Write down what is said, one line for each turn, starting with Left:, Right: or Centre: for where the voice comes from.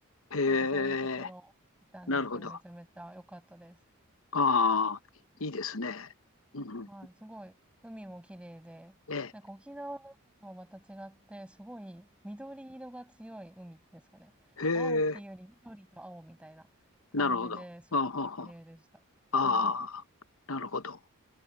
Left: へえ、
Centre: なんかそういうところ行ったんですけど、
Left: なるほど。
Centre: めちゃめちゃ良かったです。
Left: ああ、いいですね。うんうん、
Centre: はい、すごい、海も綺麗で、
Left: ええ、
Centre: なんか沖縄の海とはまた違って、すごい緑色が強い海ですかね。
Left: へえ、
Centre: 青っていうより緑と青みたいな感じで、
Left: なるほど。
Centre: すごい綺麗でした。
Left: ああ、ああ、
Centre: はい。
Left: なるほど。